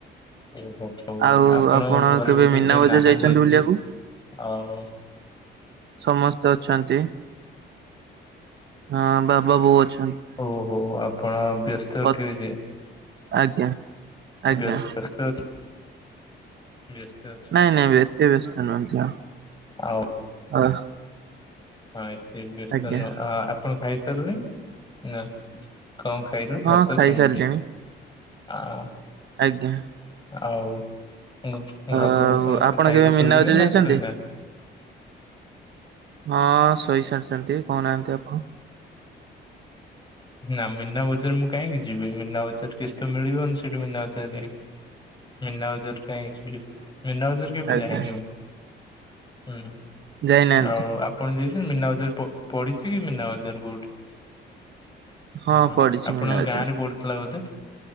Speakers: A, on the left; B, on the right.
A: ଓ ହୋ ହଉ
B: ଆଉ
A: ଆପଣ ଘରେ
B: କେବେ
A: ବୋଧେ
B: ମୀନା
A: କେହି
B: ବଜାର
A: ନାହାନ୍ତି
B: ଯାଇଛନ୍ତି
A: ଆଜି
B: ବୁଲିବାକୁ?
A: ଆଉ?
B: ସମସ୍ତ ଅଛନ୍ତି। ହଁ ବାବା ବୋଉ ଅଛି।
A: ଓ ହୋ ହଉ ଆପଣ ବ୍ୟସ୍ତ
B: କ
A: ଥିବେ ଯେ
B: ଆଜ୍ଞା। ଆଜ୍ଞା
A: ବ୍ୟସ୍ତ ସ୍ତ ଅଛ କି ବ୍ୟସ୍ତ। ଅଛନ୍ତି।
B: ନାଁ ନାଁ ଏତେ ବ୍ୟସ୍ତ ନୁହନ୍ତି ଆ
A: ଆଉ
B: <unintelligible>
A: ହଁ ଏତେ ବ୍ୟସ୍ତ
B: ଆଜ୍ଞା
A: ନୁହଁ ଆପଣ ଖାଇସାରିଲେଣି ନା? କଣ ଖାଇଲୁ
B: ହଁ
A: ଭାତ
B: ଖାଇସାରିଲିଣି
A: ଚିଙ୍ଗୁଡ଼ି ଆଁ
B: ଆଜ୍ଞା।
A: ଆଉ
B: ଆଉ
A: ଘର ଲୋକ ସମସ୍ତେ
B: ଆପଣ
A: ଖାଇକି
B: କେବେ ମୀନା
A: ଶୋଇଲେ
B: ବଜାର
A: ନା
B: ଯାଇଛନ୍ତି?
A: ଶୋଇନାହାନ୍ତି?
B: ହଁ ସୋଇସାରିଛନ୍ତି କହୁନାହାନ୍ତି ଆପଣ?
A: ନା ମୀନା ବଜାର ମୁଁ କାହିଁକି ଯିବି ମୀନା ବଜାର କିସ୍ ମିଳିବନି ସେଠି ମନା ବଜାର ଯାଇ ମୀନା ବଜାର କାହିଁ ମୀନା ବଜାର କେବେ
B: ଆଜ୍ଞା
A: ଯାାଇନି ମୁଁ। ହୁଁ
B: ଯାଇନାହାନ୍ତି
A: ଆଉ ଆ ପଣ ଯାଇଛନ୍ତି ମୀନା ବଜାର ପଡିଛି କି ମିନା ବଜାର କୋଉଠି?
B: ହଁ
A: ହୁଁ
B: ପଡିଛି
A: ଆପଣଙ୍କ
B: ମୀନା ବଜାର।
A: ଗାଁ ରେ ପଡି ଥିଲା ବୋଧେ